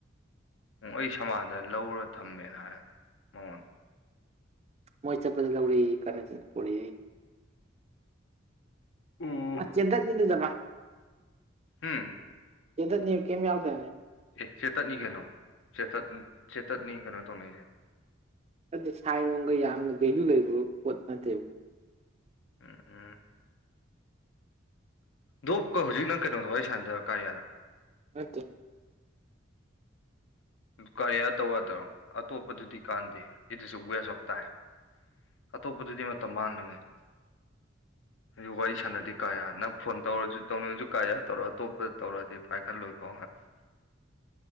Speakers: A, on the left; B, on the right.
A: ꯎ ꯑꯩ ꯁꯃꯥꯟꯗꯅ ꯂꯧꯔ ꯊꯝꯃꯦꯅ ꯍꯥꯏ ꯃꯉꯣꯟ
B: ꯃꯣꯏ ꯆꯠꯄꯗ ꯂꯧꯔꯛꯌ‌ꯦ <unintelligible> ꯄꯣꯔ‌ꯦ ꯑꯩ
A: ꯑꯣ
B: ꯆꯦꯟꯗꯠ <unintelligible>
A: ꯎꯝ
B: ꯆ‌ꯦꯗꯠꯅꯤ ꯀꯩꯝ ꯌꯥꯎꯗꯝꯅꯦ
A: ꯑꯦ ꯆ‌ꯦꯇꯠꯅꯤ ꯀꯩꯅꯣ ꯆ‌ꯦꯇꯠ ꯆꯦꯇꯠꯅꯤ ꯀꯩꯅꯣ ꯇꯧꯅꯩꯁꯦ
B: ꯑꯗꯨ ꯁꯥꯏꯟꯅꯨꯡꯒ ꯌꯥꯝꯅ ꯚꯦꯂꯨ ꯂꯩꯕ ꯄꯣꯠ ꯅꯠꯇꯦꯕ
A: ꯎꯝ ꯎꯝ ꯗꯣꯞꯀ ꯍꯧꯖꯤꯛ ꯀꯩꯅꯣꯗ ꯋꯥꯔꯤ ꯁꯥꯟꯅꯗꯕꯔ ꯀꯥꯔꯌꯥꯗ
B: ꯅꯠꯇꯦ
A: ꯀꯔꯤꯌꯥ ꯇꯧ ꯌꯥꯗ꯭ꯔ‌ꯣ ꯑꯇꯣꯞꯄꯗꯨꯗꯤ ꯀꯥꯟꯗꯦ it is a waste of time ꯑꯇꯣꯞꯄꯗꯨꯗꯤ ꯃꯇꯝ ꯃꯥꯡꯅꯝꯅ‌ꯦ ꯑꯗꯨ ꯋꯥꯔꯤ ꯁꯥꯟꯅꯗꯤ ꯀꯔꯌꯥ ꯅꯪ ꯐꯣꯟ ꯇꯧꯔꯁꯨ ꯇꯧꯅꯤꯡꯉꯁꯨ ꯀꯔꯌꯥ ꯇꯧꯔ‌ꯣ ꯑꯇꯣꯞꯄꯗ ꯇꯧꯔꯛꯑꯗꯤ ꯄꯥꯏꯈꯠꯂꯣꯏꯀꯣ